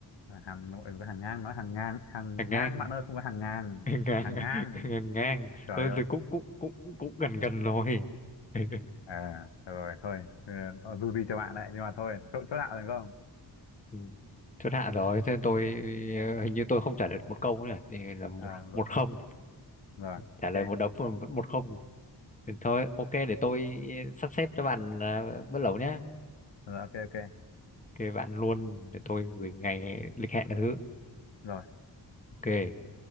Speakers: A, on the left; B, on the left.
A: À, Hà Nội có hàng ngang nói hàng ngang hàng
B: hàng ngang
A: ngang bạn ơi không có hàng ngàn
B: <laughs> ngang
A: hàng
B: ngang
A: ngang
B: ngang ngang
A: trời
B: thôi
A: ơi
B: thì cũng cũng cũng cũng gần gần rồi <laughs>
A: à rồi thôi ừ, dù gì cho bạn đấy nhưng mà thôi chỗ chỗ nào được không
B: Ừ, chốt hạ rồi thế tôi ờ, hình như tôi không trả lời một câu nữa nhỉ? thì là một
A: à, rồi,
B: một không
A: rồi
B: trả
A: ok
B: lời một đống mà vẫn một không thì thôi ok để tôi sắp xếp cho bạn ờ, bữa lẩu nhé
A: rồi ok ok
B: thì bạn luôn để tôi gửi ngày lịch hẹn cái thứ
A: rồi
B: ok